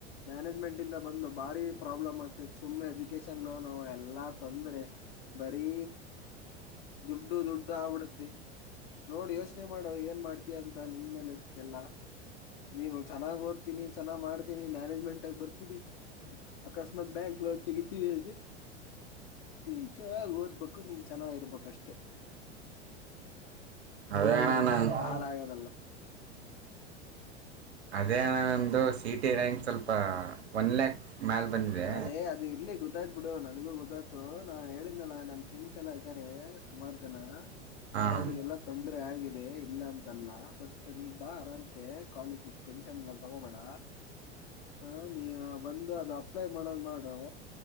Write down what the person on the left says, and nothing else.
ಮ್ಯಾನೇಜ್ಮೆಂಟ್ ಇಂದ ಬಂದು ಬಾರಿ ಪ್ರಾಬ್ಲಮ್ ಆಗ್ತೈತಿ ಸುಮ್ಮನೆ ಎಜುಕೇಶನ್ ಲೋನ್ ಎಲ್ಲ ತೊಂದರೆ ಬರೀ ದುಡ್ಡು ದುಡ್ಡು ಆಬಿಡುತ್ತೆ ನೋಡ್ ಯೋಚನೆ ಮಾಡು ಏನ್ ಮಾಡ್ತಯ ಅಂತ ನಿನ್ ಮೇಲೆ ಇರ್ತಿಲ್ಲಾ ನೀನು ಚೆನ್ನಾಗ್ ಓದ್ತೀನಿ ಚೆನ್ನಾಗ್ ಮಾಡ್ತೀನಿ ಮ್ಯಾನೇಜ್ಮೆಂಟ್ಗ ಬರ್ತೀನಿ ಅಕಸ್ಮಾತ್ ಬ ತೆಗಿತಿಯೇ ನೀ ಚೆನಾಗ್ ಓದ್ಬೇಕು ನೀನ್ ಚೆನ್ನಾಗಿರ್ಬೇಕಷ್ಟೆ
ಹುಡುಗ್ರು
ಜೊತೆ
ಸೆರ್ ಹಾಳಾಗದಲ್ಲ
ಅದೇ ಅದು ಇರ್ಲಿ ಗೊತ್ತಾಯ್ತ್ ಬಿಡು ನನಿಗ್ ಗೊತ <inaudible> ದು ನಾನ್ ಹೇಳಿದ್ನಲ್ಲಾ ನನ್ ಫ್ರೆಂಡ್ಸ್ ಎಲ್ಲಾ ಇದರೆ ಸುಮಾರು ಜನ
ಅವ್ರಿಗೆಲ್ಲಾ <unintelligible> ದೆ ಇಲ್ಲ ಅಂತಲ್ಲ ಬಟ್ ನೀ ಬಾ ಅರಾಮ್ಸೆ ಕಾಲೇಜ ಟೆನ್ಷನ್ ಎಲ್ಲ ತಗೋಬೇಡ ಹಾ ನೀ ಆ ಬಂದು ಅದು ಅಪ್ಲೈ ಮಾಡದ್ ಮಾಡು